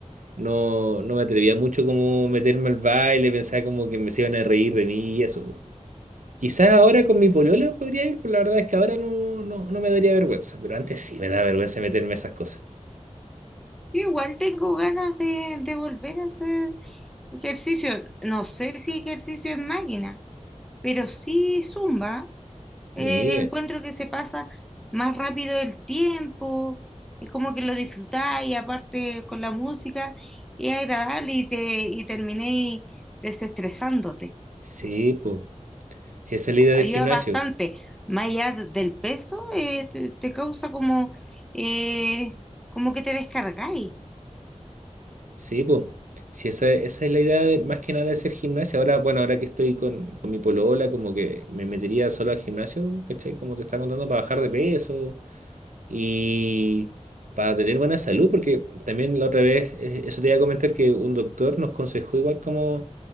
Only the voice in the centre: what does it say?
Yo igual tengo ganas de, de volver a hacer ejercicio. No sé si ejercicio en máquina, pero sí zumba. Eh,
encuentro que se pasa más rápido el tiempo, es como que lo disfrutáis, y aparte con la música, y es agradable y te y terminéis desestresándote.
ayuda
bastante. Más allá del peso, eh, te, te causa como, eh, como que te descargáis.